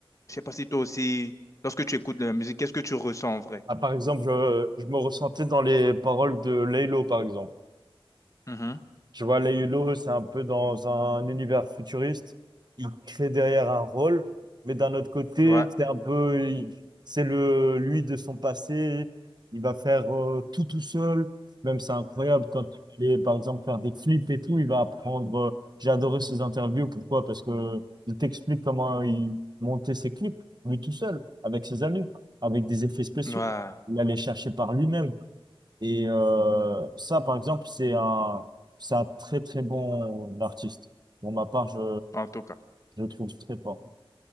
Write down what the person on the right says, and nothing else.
Ah, par exemple, je, je me ressentais dans les paroles de Laylo, par exemple.
Tu vois, les Hulot, c'est un peu dans un univers futuriste. Il crée derrière un rôle, mais d'un autre côté,
c'est un peu, il- c'est le lui de son passé. Il va faire euh, tout tout seul. Même c'est incroyable quand il est, par exemple, faire des clips et tout. Il va apprendre. euh, j'ai adoré ses interviews. Pourquoi? Parce que il t'explique comment il montait ses clips lui tout seul, avec ses amis, avec des effets spéciaux.
Il allait chercher par lui-même. Et euh, ça, par exemple, c'est un, c'est un très très bon artiste. Pour ma part, je,
je le trouve très fort.